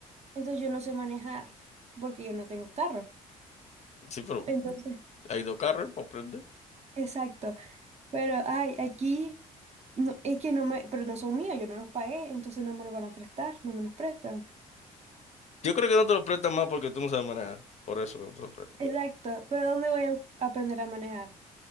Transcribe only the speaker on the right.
entonces yo no sé manejar porque yo no tengo carro.
Entonces,
exacto. Pero, ay, aquí no, es que no me, pero no son míos, yo no los pagué, entonces no me los van a prestar, no me los prestan.
Exacto, pero ¿dónde voy a aprender a manejar?